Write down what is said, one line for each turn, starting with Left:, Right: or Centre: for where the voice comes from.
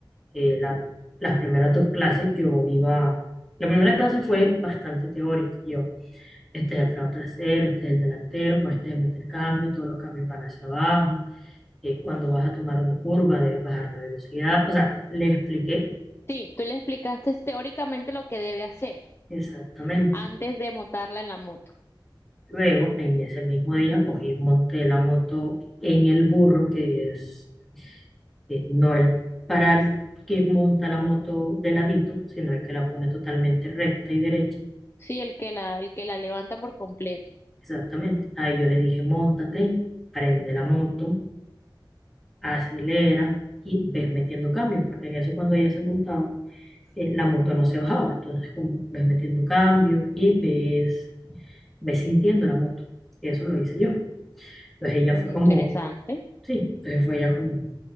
Centre: eh, la- las primeras dos clases yo iba, la primera clase fue bastante teórica, yo, este es el freno trasero, este es el delantero, con este se mete el cambio, todos los cambios van hacia abajo, eh, cuando vas a tomar una curva debes bajar la velocidad, o sea, le expliqué
Left: Sí, tú le explicaste teóricamente lo que debe hacer
Centre: exactamente.
Left: antes de montarla en la moto.
Centre: Luego, en ese mismo día, cogí, monté la moto en el burro, que es eh, no el para el que monta la moto de ladito, sino el que la pone totalmente recta y derecha.
Left: Sí, el que la, el que la levanta por completo.
Centre: Exactamente. Ahí yo le dije, móntate, prende la moto, acelera y ves metiendo cambios, porque en eso cuando ella se montaba, eh, la moto no se bajaba. Entonces, como ves metiendo cambio y ves, ves sintiendo la moto. Y eso lo hice yo. Entonces ella
Left: Mm,
Centre: fue como
Left: interesante.
Centre: Sí, entonces fue ella como